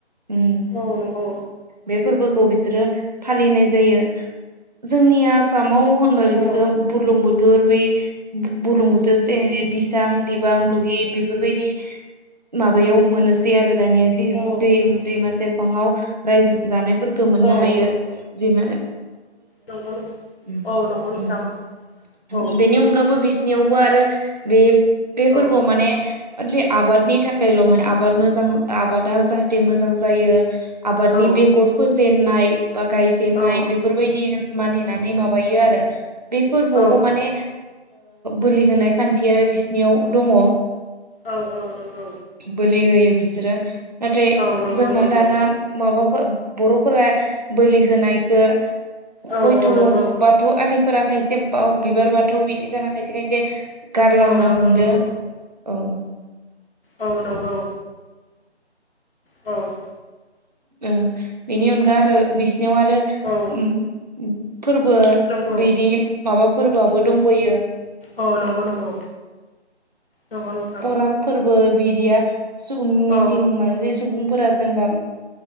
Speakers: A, on the right; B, on the left.
A: उम
B: औ नंगौ
A: बे फोरबोखौ बिसोरो फालिनाय जायो जोंनिया आसामाव होनबा बिसोर
B: औ
A: बुर्लुंबुथुर बै बुर्लुंबुथुर जेरै दिसां दिप दिबां लिहत बेफोरबायदि माबायाव मोननोसै आरो दानिया
B: औ
A: दै दैमा सेरफाङआव रायजो जानायफोर मोननो
B: औ
A: हायो जि
B: नंगौ नोंथां
A: <unintelligible>
B: औ नंगौ नोंथां औ
A: बेनि अनगाबबो बिसिनियावबो आरो बे बे
B: औ
A: फोरबोआव माने अनलि आबादनि थाखायल' माने आबाद मोजां आबादा जाहाथे मोजां जायो आबादनि
B: औ
A: बेगर फोजेननाय बा गायजेननाय
B: औ
A: बे बेफोरबायदि मानिनानै माबायो आरो बे फोरबोआवबो
B: औ
A: माने बोलि होनाय खान्थिया बिसिनियाव दङ
B: औ औ नंगौ
A: बोलि होयो बिसोरो नाथाय
B: औ नंगौ
A: जोंना
B: नंगौ
A: माबा बर'फोरा बोलि होनायखौ
B: औ
A: हयथ'
B: औ
A: बाथ
B: नंगौ
A: बाथौ आरिफोरा खायसे बाव बिबार बाथौ बिदि जागोन खायसे खायसे गारलांनो
B: औ नंगौ
A: हमदो
B: नंगौ
A: औ
B: औ नंगौ औ
A: ओ बेनि अनगा आरो बिसिनियाव आरो ओम
B: औ
A: फोरबो
B: नंगौ
A: बिदि माबा फोरबोआबो दंबोयो
B: औ नंगौ नंगौ नंगौ नोंथां
A: <unintelligible> फोरबो बिदिया सुबुं मिसिं
B: औ
A: मानो जायो सुबुंफोरा जेनेबा